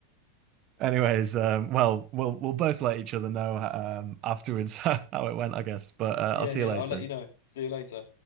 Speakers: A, on the right; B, on the left.
A: Anyways, um, well, we'll we'll both let each other know um, afterwards <laughs> how it went, I guess. But uh,
B: Yeah,
A: I'll see
B: yeah,
A: you later.
B: I'll let you know. See you later.